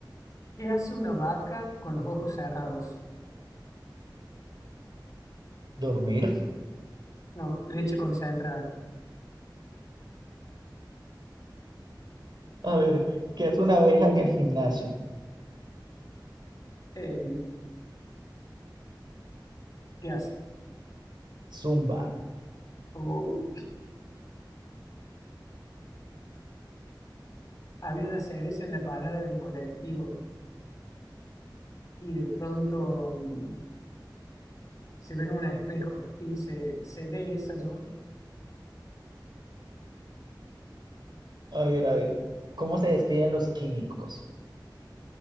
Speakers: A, on the left; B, on the right.
A: ¿qué hace una vaca con los ojos cerrados?
B: ¿Dormir?
A: No, leche concentrada.
B: A ver, ¿qué hace una abeja en el gimnasio?
A: Eh, ¿qué hace?
B: Zumba.
A: Oh, había una cereza en la parada del colectivo y de pronto mm, se ve en un espejo y dice, ¿seré esa yo?
B: A ver, a ver. ¿Cómo se despiden los químicos?